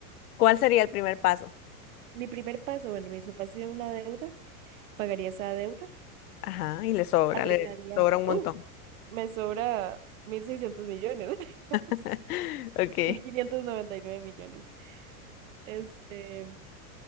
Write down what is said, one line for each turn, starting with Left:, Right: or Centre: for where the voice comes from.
Left: ¿cuál sería el primer paso?
Right: Mi primer paso, bueno, mis papás tienen una deuda, pagaría esa deuda,
Left: Ajá, y le sobra,
Right: arreglaría,
Left: le sobra un montón.
Right: uh, me sobra 1.600 millones, <laughs> digamos,
Left: <laughs> Ok.
Right: 1.599 millones. Este,